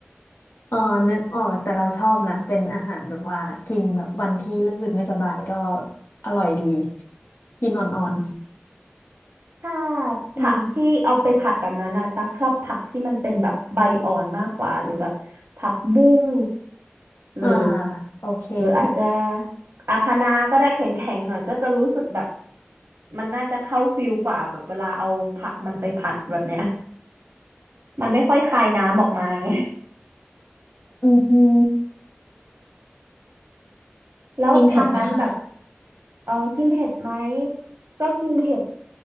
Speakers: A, on the left; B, on the right.
A: อ๋อนึกออกแต่เราชอบนะเป็นอาหารแบบว่ากินแบบวันที่รู้สึกไม่สบายก็อร่อยดี
B: ๆอืม
A: กินอ่อน
B: ถ้า
A: ๆอืม
B: ผักที่เอาไปผัดแบบนั้นนะตักชอบผักที่มันเป็นแบบใบอ่อนมากกว่าหรือแบบผักบุ้งหรือ
A: อ่าโอเค
B: หรืออาจจะอาคะน้าก็ได้แข็งๆหน่อยก็จะรู้สึกแบบมันน่าจะเข้าฟิลกว่าแบบเวลาเอาผักมันไปผัดแบบเนี้ยมันไม่ค่อยคายน้ำออกมาไง
A: อือหือ
B: แล้วทางนั้นแบบ
A: กินเผ็ดไหมคะ
B: เออกินเผ็ดไหมก็กินเผ็ด